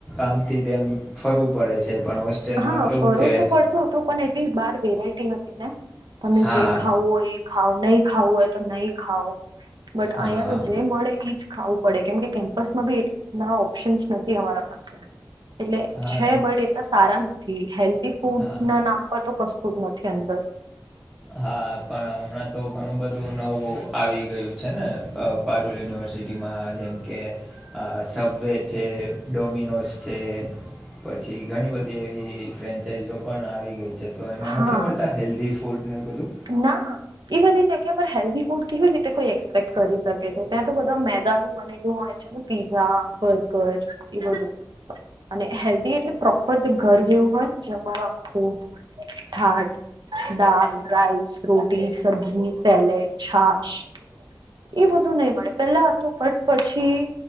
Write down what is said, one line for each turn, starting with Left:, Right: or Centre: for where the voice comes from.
Centre: આમથી તેમ ફરવું પડે છે. પણ હોસ્ટેલમાં
Right: હા
Centre: કેવું
Right: ફરવું
Centre: કે?
Right: પડતું તો પણ એટલી બાર વેરાયટી હતીને તમને
Centre: હા
Right: જે ખાવું હોય ઈ ખાવુ નહી ખાવું હોય તો નહી ખાઉ બટ
Centre: હા
Right: અહીયાં
Centre: હા
Right: તો જે મળે એજ- ખાવું પડે કેમ કે કેમ્પસમાં બી એટલા ઓપ્શનસ નથી અમારા પાસે. એટલે
Centre: હા
Right: છે
Centre: એમ
Right: બટ એટલા સારા નથી <inaudible> ફૂડના
Centre: હા
Right: નામ પર તો કશું જ નથી અંદર.
Centre: હા પણ હમણાં તો ઘણું બધું નવું આવી ગયું છે ને? પારૂલ યુનિવર્સિટીમાં જેમકે સબવે છે, ડોમિનોસ તે પછી ઘણી બધી એવી ફ્રેન્ચાાઈઝો પણ આવી ગઈ છે. તો એમાં
Right: હા
Centre: નથી મળતા હેલ્થી ફૂડને એવું બધું.
Right: ના એ બધી જગ્યા પર હેલ્ધી ફૂડ કેવી રીતે? કોઈ એક્સપેક્ટ કરી શકે છે. ત્યાં તો બધા મેંદાનું બનેલું હોય. પીઝા, બર્ગરએ બધું અને હેલ્ધી એટલે પ્રોપર જે ઘર જેવું હોય ને જે જમવાનું આખું ઠાઠ દાલ, રાઇસ, રોટી, સબજી, સેલેડ, છાશ એ બધું નહી મળે પેલા હતું બટ પછી